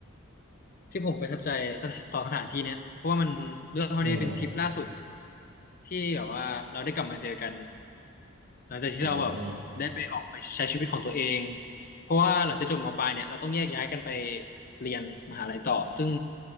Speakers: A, on the left (about 45°); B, on the right (about 75°).
A: ที่ผมประทับใจสถสองสถานที่เนี้ยเพราะว่ามันเรื่องเท่านี้เป็นทริปล่าสุด
B: อืม
A: ที่แบบว่าเราได้กลับมาเจอกัน หลังจากที่เราแบบได้ไปออกไปใช้ชีวิตของตัวเอง
B: อืม
A: เพราะว่าหลังจากจบมปลายเนี่ยเราต้องแยกย้ายกันไปเรียนมหาลัยต่อซึ่ง